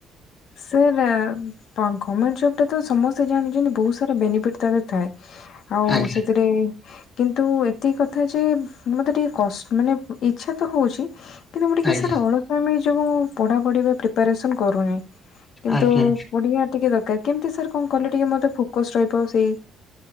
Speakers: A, on the left; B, on the left.
A: ସାର୍ ଗମେଣ୍ଟ ଜବ୍ ଟା ତ ସମସ୍ତେ ଜାଣିଛନ୍ତି ବହୁତ ସାରା ବେନିଫିଟ ତାର ଥାଏ। ଆଉ
B: ଆଜ୍ଞା
A: ସେଥିରେ କିନ୍ତୁ ଏତିକି କଥା ଯେ ମତେ ଟିକେ କସ୍ ମାନେ ଇଚ୍ଛା ତ ହଉଛି। କିନ୍ତୁ ମୁଁ ଟିକେ
B: ଆଜ୍ଞା
A: ସାର୍ ଅଳସୁଆମି ଯୋଗୁ ପଢ଼ାପଢ଼ି ପା ପ୍ରିପାରେସନ୍ କରୁନି। କିନ୍ତୁ
B: ଆଜ୍ଞା
A: ପଢ଼ିବା ଟିକେ ଦରକାର କେମତି ସାର୍ କଣ କଲେ ଟିକେ ମତେ ଫୋକସ୍ ରହିବ ସେଇ